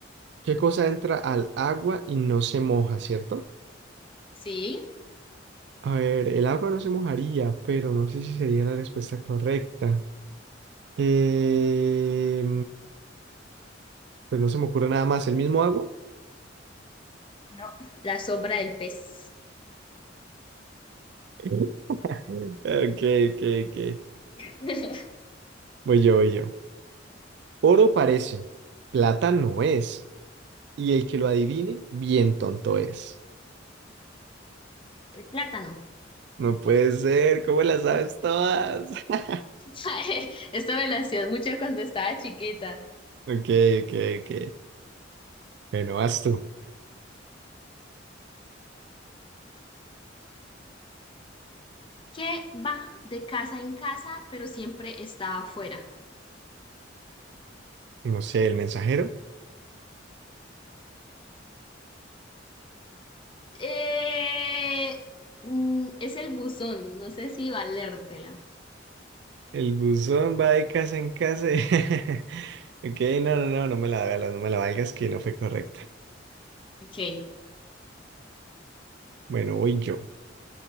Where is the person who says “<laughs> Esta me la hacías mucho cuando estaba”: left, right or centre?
Left